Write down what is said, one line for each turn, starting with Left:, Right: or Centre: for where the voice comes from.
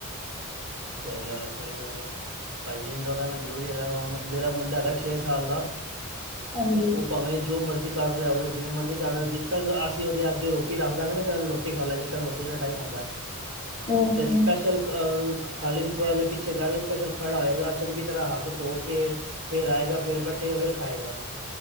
Right: ਸਈ ਗੱਲ ਏ-ਸਈ ਗੱਲ ਏ ਹਾਏ ਜੀਨ ਤਾਂ ਰੈਣਾ ਜ਼ਰੂਰੀ ਹੈਗਾ ਹੁਣ ਮੇਰਾ ਮੁੰਡਾ ਹੈਗਾ ਛੇ ਸਾਲ ਦਾ
Left: ਹਾਂਜੀ
Right: ਓ ਭਾਵੇਂ ਜੋ ਮਰਜ਼ੀ ਕਰ ਰਿਆ ਹੋਵੇ ਜਿਵੇਂ ਮਰਜ਼ੀ ਕਰ ਰਿਆ ਹੋ ਜਿਸ ਤੱਕ ਅਸੀਂ ਉਦੇ ਅੱਗੇ ਰੋਟੀ ਰੱਖ ਦਾਂਗੇ ਨਾ ਚੱਲ ਰੋਟੀ ਖਾ ਲੈ ਜਿਸ ਤੱਕ ਰੋਟੀ ਦਾ ਟਾਈਮ ਹੁੰਦਾ।
Left: ਹੂੰ
Right: ਤੇ
Left: ਹੂੰ
Right: ਸਪੈਸ਼ਲ ਅ ਥਾਲੀ ਨੂੰ ਥੋੜਾ ਜਿਹਾ ਪਿੱਛੇ ਕਰਕੇ ਸਪੈਸ਼ਲ ਖੜਾ ਹੋਏਗਾ ਚੰਗੀ ਤਰ੍ਹਾਂ ਹੱਥ ਧੋ ਕੇ ਫੇਰ ਆਏਗਾ ਫੇਰ ਬੈਠੇਗਾ ਫੇਰ ਖਾਏਗਾ।